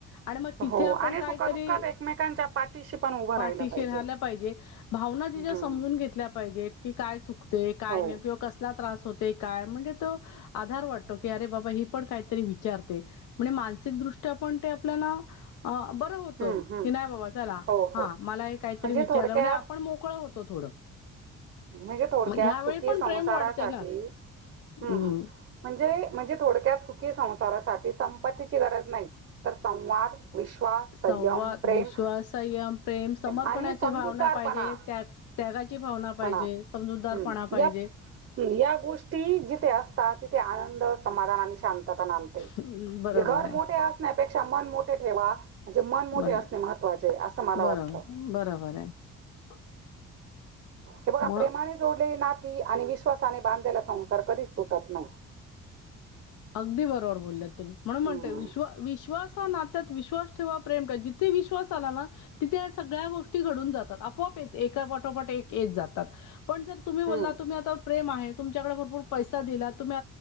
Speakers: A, on the left; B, on the right.
A: आणि मग तिथे
B: हो
A: आपण
B: आणि
A: काहीतरी...
B: सुखदुःखात एकमेकांच्या पाठीशी पण उभं
A: पाठीशी
B: पाहिजे.
A: राहिलं पाहिजे भावना तिच्या
B: हम्म
A: समजून घेतल्या पाहिजेत की काय चुकते काय
B: हो
A: नाही किंवा कसला त्रास होते काय म्हणजे तो आधार वाटतो. अरे बाबा ही पण काहीतरी विचारते. म्हणजे मानसिकदृष्ट्या पण ते आपल्याला अ बरं होत
B: हम्म हम्म
A: की नाही बाबा चला
B: हो
A: हा
B: हो
A: मला हे काहीतरी
B: म्हणजे
A: विचारलं
B: थोडक्यात
A: म्हणजे आपण मोकळं होत तो थोडं
B: म्हणजे थोडक्यात
A: मग ह्यावेळी
B: सुखी
A: पण
B: संसारासाठी
A: प्रेम वाढते ना.
B: हुं
A: हम्म
B: हुं म्हणजे म्हणजे थोड त्यात सुखी संसारासाठी संपत्तीची गरज नाही. तर संवाद विश्वास,
A: संवाद,
B: संयम, प्रेम
A: विश्वास, संयम, प्रेम, समर्पणाची
B: आणि समजूतदारपणा
A: भावना पाहिजे. त्या त्यागाची भावना पाहिजे.
B: हम्म
A: समजूतदारपणा
B: हम्म
A: पाहिजे.
B: या या गोष्टी जिथे असतात तिथे आनंद, समाधान आणि शांतता नांदते. म्हणजे
A: हम्म, बरोबर
B: घर मोठे
A: आहे.
B: असण्यापेक्षा पेक्षा मन मोठे ठेवा. म्हणजे मन मोठे
A: बरोबर.
B: असणे महत्त्वाचे असं मला
A: बरोबर
B: वाटतं.
A: <inaudible>
B: हे बघा
A: मग
B: प्रेमाने जोडलेली नात ती आणि विश्वासाने बांधलेला संसार कधीच तुटत नाही.
A: अगदी बरोबर बोलल्यात तुम्ही म्हणून म्हणतोय
B: हम्म
A: विश्व विश्वास नात्यात विश्वास ठेवा, प्रेम काय जिथे विश्वास आला ना तिथे सगळ्या गोष्टी घडून जातात. आपोआप एका पाठोपाठ एक येत जातात. पण जर तुम्ही बोलला
B: हम्म
A: तुम्ही आता प्रेम आहे, तुमच्याकडे भरपूर पैसा दिला, तुम्ही